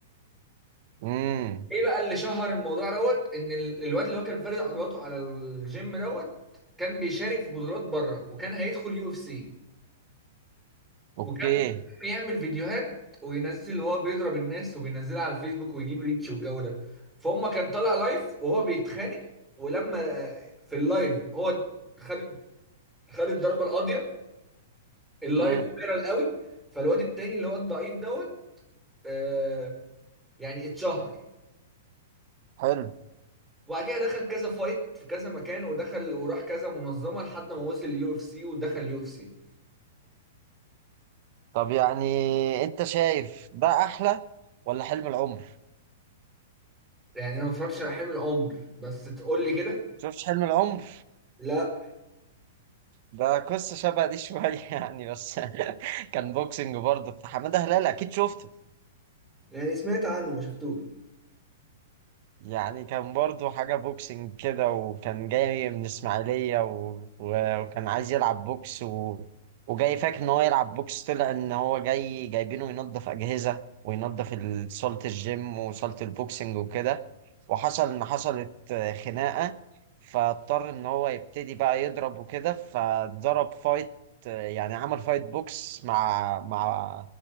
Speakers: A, on the right; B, in the centre.
A: امم
B: ايه بقى اللي شهر الموضوع دوت ان ال- الواد اللي هو كان فارد عضلاته على الجيم دوت كان بيشارك في بطولات بره وكان هيدخل يو اف سي
A: اوكي
B: وكان بيعمل فيديوهات وينزل وهو بيضرب الناس وبينزلها على الفيسبوك ويجيب ريتش والجو ده فهم كان طالع لايف وهو بيتخانق ولما في اللايف هو خد خد الضربه القاضيه اللايف
A: امم
B: فايرال قوي فالواد التاني اللي هو الضعيف دوت آه يعني اتشهر
A: حلو
B: وبعد كده دخل كذا فايت في كذا مكان ودخل وراح كذا منظمه لحد ما وصل اليو اف سي ودخل اليو اف سي
A: طب يعني انت شايف ده احلى ولا حلم العمر
B: يعني انا ما اتفرجتش على حلم العمر بس تقول لي كده
A: شفتش حلم العمر
B: لا
A: ده قصة شبه دي شوية <laughs> يعني بس <laughs> كان بوكسنج برضه بتاع حمادة هلال اكيد شفته
B: يعني سمعت عنه ما شفتوش
A: يعني كان برضو حاجة بوكسنج كده وكان جاي من إسماعيلية و... و... وكان عايز يلعب بوكس و... وجاي فاكر إن هو يلعب بوكس طلع إن هو جاي جايبينه ينظف أجهزة وينظف ال- صالة الجيم وصالة البوكسنج وكده وحصل إن حصلت آه، خناقة فاضطر إن هو يبتدي بقى يضرب وكده فضرب فايت آه، يعني عمل فايت بوكس مع مع